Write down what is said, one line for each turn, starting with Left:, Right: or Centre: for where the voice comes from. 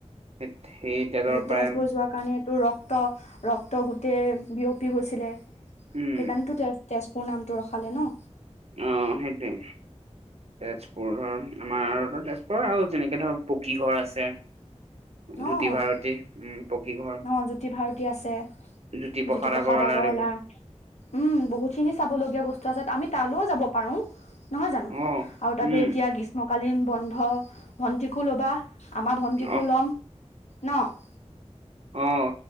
Right: হেট সেই তেলৰ
Left: সেই
Right: পৰাই
Left: তেজবোৰ যোৱাৰ কাৰণেটো ৰক্ত, ৰক্ত গোটেই বিয়পি গৈছিলে।
Right: উম
Left: সেইকাৰণেটো তেজ- তেজপুৰ নামটো ৰখালে ন।
Right: অ', সেইটোৱে। তেজপুৰ ধৰ, আমাৰ তেজপুৰ আৰু যেনেকে ধৰ পকী ঘৰ আছে। জ্যোতি
Left: অ',
Right: ভাৰতী উম পকী ঘৰ
Left: ন' জ্যোতি ভাৰতী আছে।
Right: জ্যোতি প্ৰসাদ
Left: জ্যোতিপ্ৰসাদ
Right: আগৰৱালাদেৱৰ
Left: আগৰৱালা উম, বহুখিনি চাবলগীয়া বস্তু আছে আমি তালৌ যাব পাৰোঁ, নহয় জানো!
Right: অ
Left: আৰু তাতে
Right: উম
Left: এতিয়া গিছ মকালীন বন্ধ, ভণ্টিকো ল'বা আমাৰ ভন্টিকো
Right: অ
Left: ল'ম ন'?
Right: অ অ